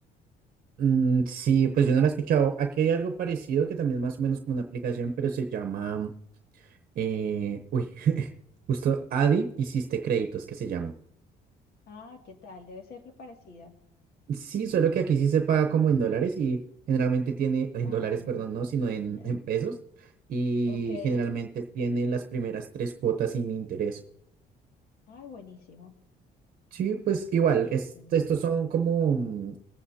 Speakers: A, on the right; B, on the left.
A: Mm, sí, pues yo no lo he escuchado. Aquí hay algo parecido que también es más o menos como una aplicación, pero se llama, eh, uy, <laughs> justo Adi Hiciste Créditos, que se llaman.
B: Ah, ¿qué tal? Debe ser parecida.
A: Sí, solo que aquí sí se paga como en dólares y generalmente tiene, en
B: Ah,
A: dólares, perdón, no, sino en,
B: <laughs>
A: en pesos y
B: ok. Ay,
A: generalmente tiene las primeras tres cuotas sin interés.
B: buenísimo,
A: Sí, pues igual,
B: buenísimo.
A: es- estos son como mm,